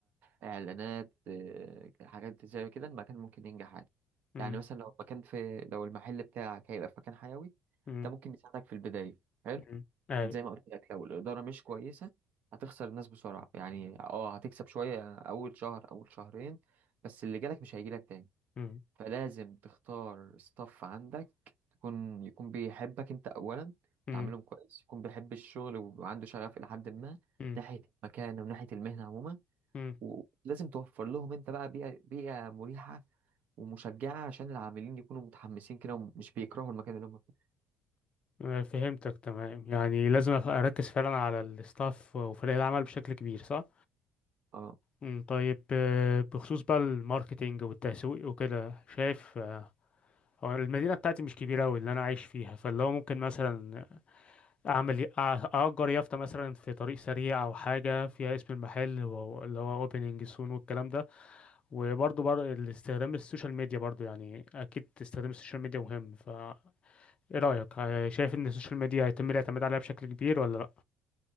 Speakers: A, on the right (about 55°); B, on the left (about 35°).
A: اعلانات آه، حاجات زي كده المكان ممكن ينجح عادي
B: أمم،
A: يعني مثلا لو المكان في لو المحل بتاعك هيبقى في مكان حيوي
B: أمم،
A: ده ممكن يساعدك في البدايه حلو
B: أمم. أي
A: لكن زي ما قلت لك لو الاداره مش كويسه هتخسر الناس بسرعه يعني اه هتكسب شويه اول شهر اول شهرين بس اللي جالك مش هيجيلك تاني
B: أمم،
A: فلازم تختار ستاف عندك يكون يكون بيحبك انت اولا
B: أمم،
A: تعاملهم كويس يكون بيحب الشغل وعنده شغف الى حد ما
B: أمم،
A: ناحيه المكان وناحيه المهنه عموما
B: أمم.
A: ولازم توفر لهم انت بقى بيئه بيئه مريحه ومشجعه عشان العاملين يكونوا متحمسين كده ومش بيكرهوا المكان اللي هم فيه
B: آه، فهمتك تمام يعني لازم أف- أركز فعلا على الستاف وفريق العمل بشكل كبير صح؟
A: اه
B: أمم، طيب آه، بخصوص بقى الماركتينج والتسويق وكده شايف آه، هو المدينة بتاعتي مش كبيرة أوي اللي أنا عايش فيها فاللي هو ممكن مثلا اعمل اه- اجر يافطه مثلا في طريق سريع او حاجه فيها اسم المحل و- اللي هو اوبننج سون والكلام ده وبرضه بر... استخدام السوشيال ميديا برضه يعني اكيد استخدام السوشيال ميديا مهم ف ايه رايك آه، شايف ان السوشيال ميديا هيتم الاعتماد عليها بشكل كبير ولا لا